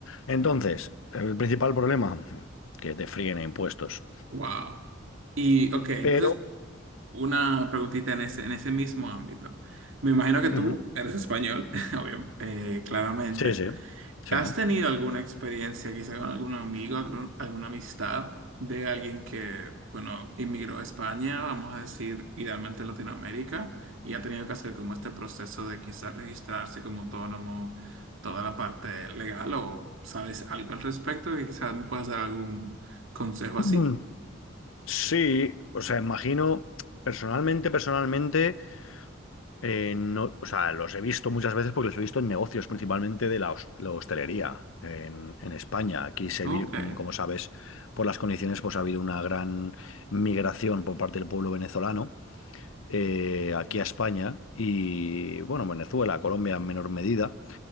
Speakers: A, on the left; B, on the right.
A: Entonces, el principal problema, que te fríen impuestos.
B: wow. Y ok, entonces
A: Pero,
B: una preguntita en ese, en ese mismo ámbito. Me imagino que
A: ujú,
B: tú eres español, <laughs> obvio, eh, claramente.
A: sí, sí, sí.
B: ¿Has tenido alguna experiencia quizá con algún amigo, algún- alguna amistad de alguien que, bueno, inmigró a España, vamos a decir, idealmente a Latinoamérica, y ha tenido que hacer como este proceso de quizá registrarse como autónomo, toda la parte legal, o sabes algo al respecto y quizás me puedas dar algún consejo
A: Mm.
B: así?
A: Sí, o sea, imagino, personalmente, personalmente, Eh, no, o sea, los he visto muchas veces porque los he visto en negocios, principalmente de la, hos- la hostelería en, en España. Aquí se
B: Ok,
A: vi- mm, como sabes, por las condiciones, pues ha habido una gran migración por parte del pueblo venezolano eh, aquí a España y, bueno, Venezuela, Colombia en menor medida.